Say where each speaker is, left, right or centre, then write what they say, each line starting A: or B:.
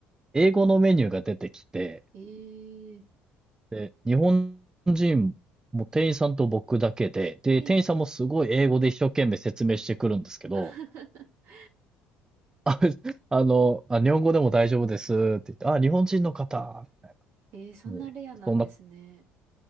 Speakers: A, on the right; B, on the right.
A: 英語のメニューが出てきて、
B: ええ
A: で、日本人も店員さんと僕だけで、で、
B: え、
A: 店員さんもすごい英語で一生懸命説明してくるんですけど、
B: <laughs>
A: あ、あの、あ、日本語でも大丈夫ですって言って、あ、日本人の方、
B: えー、そんなレアなんですね。
A: もう、そんな、